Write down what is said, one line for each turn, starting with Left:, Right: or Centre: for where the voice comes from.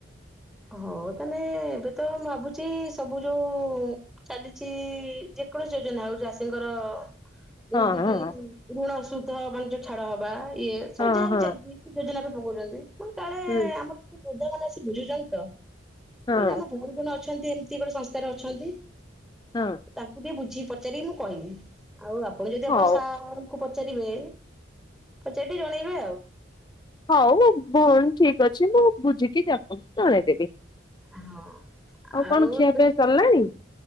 Centre: ହଉ ତାନେ ଏବେତ ମୁ ଭାବୁଛି ସବୁ ଯୋଉ ଚାଲିଛି ଯେକୌଣସି ଯୋଜନା ହଉ ଚାଷୀଙ୍କର ଯେମିତିକିି
Left: ହଁ ହଁ
Centre: ଋ ଋଣ ସୁଧ ମାନେ ଯୋଉ ଛାଡ ହବା ଇଏ ସବୁ
Left: ହଁ
Centre: ଯାହାବି
Left: ହଁ
Centre: ଚାଲୁଛି। ଯୋଜନାରେ ପକଉଛନ୍ତି ତୁ କାଳେ
Left: ହୁଁ
Centre: ଆମର ବୃଦ୍ଧ ମାନେ ଆସି <unintelligible> ମୁ କହିଲି ଆଉ
Left: ହଁ
Centre: କଣ ଅଛନ୍ତି ଏମିତି କଣ ସଂସ୍ଥାରେ ଅଛନ୍ତି।
Left: ହଁ
Centre: ତାଙ୍କୁ ବି ବୁଝିକି ପଚାରିକି ମୁଁ କହିବି ଆଉ ଆପଣ ଯଦି ଆପଣ
Left: ହଉ।
Centre: ସାର୍ କୁ ପଚାରିବେ, ପଚାରି ଜଣେଇବେ ଆଉ।
Left: ହଉ, ଭଉଣୀ ଠିକ ଅଛି ମୁଁ ବୁଝିକି <unintelligible> ଜଣେଇଦେବି।
Centre: ହଁ,
Left: କଣ
Centre: ଆଉ
Left: ଖିଆ
Centre: ଦେ
Left: ପିଆ ସରିଲାଣି?